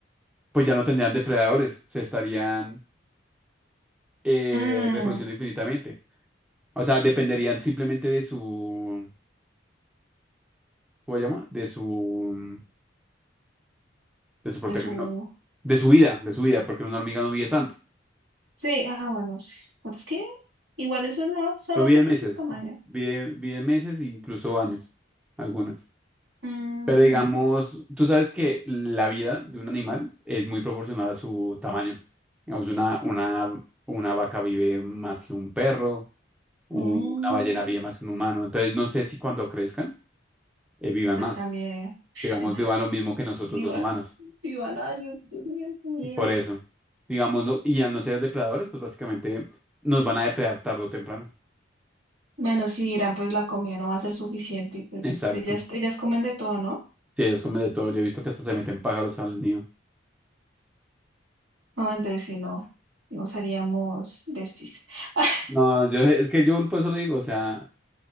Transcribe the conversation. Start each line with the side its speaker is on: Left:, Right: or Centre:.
Centre: Pues ya no tendrían depredadores, se estarían eh,
Right: Mm,
Centre: reproduciendo infinitamente. O sea, dependerían simplemente de su, ¿cómo se llama? De su De su prote-
Right: eso,
Centre: no, de su vida, de su vida, porque una hormiga no vive tanto.
Right: sí, ah, bueno, sí. Bueno, es que igual eso no solo
Centre: Lo vive
Right: afecta
Centre: en meses,
Right: su tamaño,
Centre: vive, vive en meses, incluso años, algunas.
Right: mm,
Centre: Pero digamos, tú sabes que la vida de un animal es muy proporcional a su tamaño. Digamos, una, una, una vaca vive más que un perro, una
Right: mm.
Centre: ballena vive más que un humano. Entonces, no sé si cuando crezcan, eh, vivan
Right: pues
Centre: más.
Right: también, este
Centre: Digamos,
Right: man,
Centre: vivan lo mismo que nosotros
Right: igual,
Centre: los humanos.
Right: igual, ay, Dios mío, qué miedo.
Centre: Por eso, digamos, no, y al no tener depredadores, pues básicamente nos van a depredar tarde o temprano.
Right: Bueno, sí, Irán, pues la comida no va a ser suficiente, y pues
Centre: Exacto.
Right: ellas, ellas comen de todo, ¿no?
Centre: Sí, ellos comen de todo. Yo he visto que hasta se meten pájaros al nido.
Right: No, entonces si no, nos haríamos besties. <laughs>
Centre: No, yo es que yo por eso lo digo, o sea,